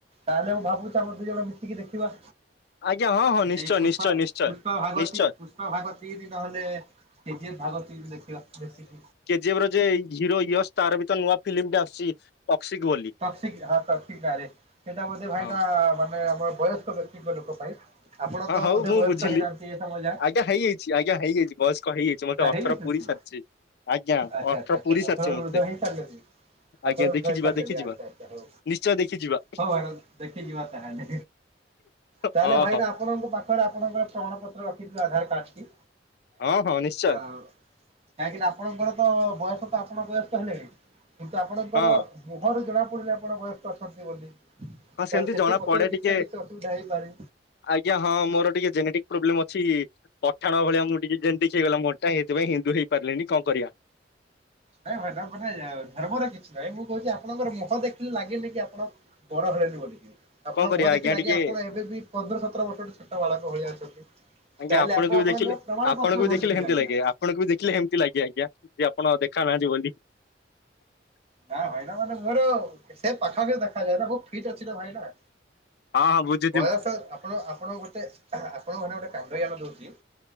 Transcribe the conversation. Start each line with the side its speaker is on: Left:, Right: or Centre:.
Right: ତାହେଲେ ମୁଁ ଭାବୁଛି ଆମର ଦି ଜଣ ମିଶିକି ଦେଖିବା।
Left: ଆଜ୍ଞା ହଁ ହଁ। ନିଶ୍ଚୟ
Right: ଏଇ ପୁଷ୍ପା
Left: ନିଶ୍ଚୟ ନିଶ୍ଚୟ।
Right: ପୁଷ୍ପା ଭାଗ
Left: ନିଶ୍ଚୟ
Right: ତି ପୁଷ୍ପା ଭାଗ ତିନି ନ ହେଲେ କେଜିଏଫ ଭାଗ ତିନି ଦେଖିବା ଦେଖି
Left: କେଜିଏଫର ଯେ ହିରୋ ଇଅସ ତାର ବିତ ନୂଆ ଫିଲ୍ମଟା ଆସୁଛି ଅକ୍ସିକ ବୋଲି
Right: ଟକ୍ସିକ ଆଁ ଟକ୍ସିକ ନାଁରେ ସେଇଟା ବୋଧେ ଭାଇନା
Left: ହଁ
Right: ମାନେ ଆମର ବୟସ୍କ ବ୍ୟକ୍ତିଙ୍କ ଲୋକ ପାଇଁ। ଆପଣ
Left: ହଁ
Right: ତ
Left: ହଉ
Right: ବୋଧେ
Left: ମୁଁ
Right: ବୟସ୍କ
Left: ବୁଝିଲି।
Right: ହେଇନାହାନ୍ତି ଏ ସମୟ ଯାଏ
Left: ଆଜ୍ଞା ହେଇଯାଇଛି ଆଜ୍ଞା ହେଇଯାଇଛି। ବୟସ୍କଟ ହେଇଯାଇଛି
Right: ଆଚ୍ଛା
Left: ମତେ ଅଠର
Right: ହେଇଯାଇଛନ୍ତି
Left: ପୁରି ସାରିଛି ଆଜ୍ଞା
Right: ଆଚ୍ଛା
Left: ଅଠର
Right: ଆଚ୍ଛା ଆଚ୍ଛା
Left: ପୁରି
Right: ଅଠରରୁ
Left: ସାରିଛି ମତେ।
Right: ଉର୍ଦ୍ଧ୍ୱ ହେଇସାରିଲେଣି ଅଠରରୁ
Left: ଆଜ୍ଞା
Right: ଉର୍ଦ୍ଧ୍ୱ
Left: ଦେଖିଯିବା
Right: ହେଇସାରିଲେଣି
Left: ଦେଖିଯିବା
Right: ଆଚ୍ଛା ଆଚ୍ଛା ହଉ
Left: ନିଶ୍ଚୟ ଦେଖିଯିବା।
Right: ହଉ ଭାଇନା ଦେଖିଯିବା ତାହେଲେ ତାହେଲେ
Left: ହଁ
Right: ଭାଇନା
Left: ହଁ।
Right: ଆପଣଙ୍କ ପାଖରେ ଆପଣଙ୍କର ପ୍ରମାଣ ପତ୍ର ରଖିଦିଅ ଆଧାର କାର୍ଡ।
Left: ହଁ ହଁ ନିଶ୍ଚୟ।
Right: କାହିଁକିନା ଆପଣଙ୍କର ତ ବୟସ ତ ଆପଣ ବୟସ୍କ ହେଲେଣିି କିନ୍ତୁ ଆପଣଙ୍କର
Left: ହଁ
Right: ମୁହଁରୁ ଜଣାପଡୁନି ଆପଣ ବୟସ୍କ ଅଛନ୍ତି ବୋଲି।
Left: ହଁ ସେମିତି
Right: ତାର ସେଠି
Left: ଜଣା
Right: ପଛରେ
Left: ପଡେ
Right: କିଛି
Left: ଟିକେ
Right: ନା କିଛି ଅସୁବିଧା ହେଇପାରେ।
Left: ଆଜ୍ଞା ହଁ ମୋର ଟିକେ ଜେନେଟିକ ପ୍ରୋବ୍ଲେମ ଅଛି ପଠାଣ ଭଳିଆ ମୁଁ ଟିକେ ଯେନ୍ତୀ ହେଇଗଲା ମୋ ଏଇଥି ପାଇଁ ହିନ୍ଦୁ ହେଇପାରିଲିନି କଣ କରିବା?
Right: ନାଇଁ ଭାଇ ଧର୍ମରେ କିଛି ନାହିଁ ମୁଁ କହୁଛି ଆପଣଙ୍କର ମୁହଁ ଦେଖିଲି ଲାଗେନି କି ଆପଣ ବଡ଼ ଘରେ ରୁହନ୍ତିନି। ଆପଣଙ୍କ
Left: କଣ କରିବା
Right: ମୁହଁ ଦେଖିଲ
Left: ଆଜ୍ଞା
Right: ଲାଗେ
Left: ଟିକେ
Right: ଆପଣ ଏବେବି ପନ୍ଦର ସତର ବର୍ଷ ଛୋଟ ବାଳକ ଭଳିଆ ଅଛନ୍ତି।
Left: ଆଜ୍ଞା
Right: ତାହେଲେ
Left: ଆପଣଙ୍କୁ
Right: ଆପଣ
Left: ବି
Right: ଆପଣଙ୍କ
Left: ଦେଖିଲେ
Right: ପ୍ରମାଣ
Left: ଆପଣଙ୍କୁ
Right: ପତ୍ର
Left: ବି
Right: ଧରିଥିବେ
Left: ଦେଖିଲେ ହେମିତି
Right: ଆଜ୍ଞା।
Left: ଲାଗେ ଆପଣଙ୍କୁ ବି ଦେଖିଲେ ଏମ୍ତି ଲାଗେ ଆଜ୍ଞା ଯେ ଆପଣ ଦେଖା ନାହାନ୍ତି ବୋଲି।
Right: ନା ଭାଇନା ମାନେ ମୋର ସେ ପାଖାପଖି ଦେଖାଯାଏ ନା ବହୁତ ଫିଟ୍ ଅଛି ନା ଭାଇନା।
Left: ହଁ ହଁ ବୁଝି
Right: ବୟସ ଆପଣ ଆପଣ ଗୁଟେ ଆପଣଙ୍କ ଘାନେ ଗୋଟେ କାଣ୍ଡ ଜ୍ଞାନ ଦଉଚି